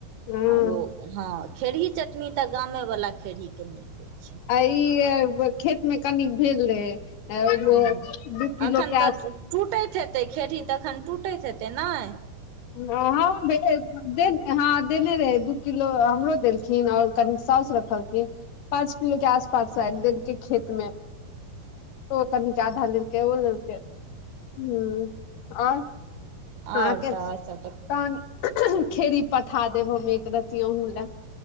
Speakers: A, on the left (about 80°); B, on the right (about 85°).
A: हँ
B: आ ओ हँ खेरही चटनी तऽ गामेवला खेरहीके नीक होइ छै
A: आ ई खेत मे कनी भेल रहै दू
B: हूँ
A: किलो
B: एखन
A: के
B: तऽ
A: आस
B: टूटैत हेतै खेरही तखन टूटैत हेतै नहि
A: हँ <unintelligible> दे हँ देने रहै दू किलो हमरो देलखिन आओर कनी साउस रखलखिन पाँच किलो के आस पास सायद देलकै खेत मे ओ कनिक आधा द के ओ लेलकै हूं औ अहाँके
B: आओर तऽ
A: तहन
B: सब
A: खेड़ी पठा देब हम एक रति अहँ लए